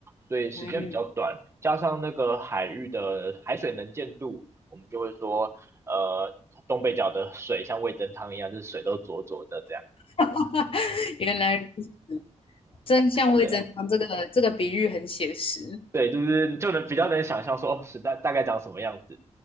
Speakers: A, on the right; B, on the left.
A: 所以时间比较短，
B: 嗯，
A: 加上那个海域的海水能见度，我们就会说，呃，东北角的水像味噌汤一样，就是水都浊浊的这样。
B: <laughs> 原来如此真相未真汤这个这个比喻很写实。
A: 对啊。对，就是就能比较能想象说哦，时代大概长什么样子。